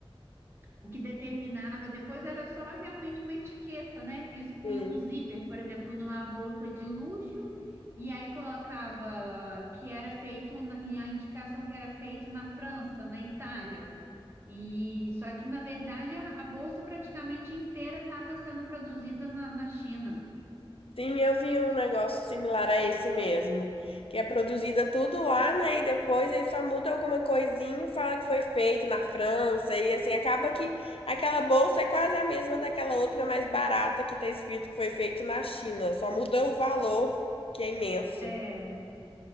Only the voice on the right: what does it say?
O que determinava depois era só realmente uma etiqueta, né? Que eles punham
um zíper, por exemplo, numa bolsa de luxo, e aí colocava que era feito, na- e a indicação que era feito na França, na Itália. E só que, na verdade, a, a bolsa praticamente inteira estava sendo produzida na, na China.
É,